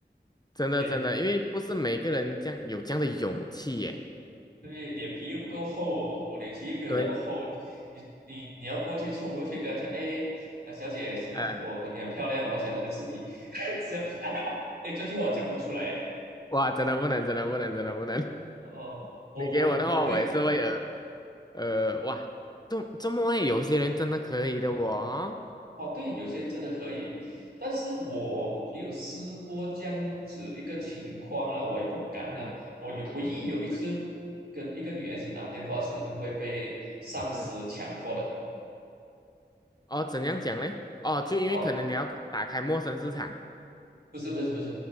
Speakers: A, on the left (about 20°); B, on the right (about 60°).
A: 真的真的，
B: 脸
A: 因为不是每个人这样有这样的勇气耶。
B: 对脸皮又不够厚哦，我我脸皮又没有那么厚，
A: 对，
B: 你你你要过去冲过去跟她讲，哎，呃，小姐，小我你很漂亮，
A: 呃，
B: 我要想认识你，<laughs> 这 <laughs> 哎，这句话讲不出来耶。
A: 哇，真的不能，真的不能，真的不能。<laughs>
B: 哦，我我我可以
A: 你给我的话，我也是会有呃，哇，这这么会有些人真的可以的我哦。
B: 哦，对，有些人真的可以，但是我没有试过这样子一个情况啦，我也不敢啊。
A: 嗯
B: 我有唯一有一次
A: 嗯
B: 跟一个女孩子打电话，是因为被上司强迫的。
A: 嗯。哦，怎样讲嘞？哦，就因为可能你要打开陌生市场，
B: 哦。不是不是不是，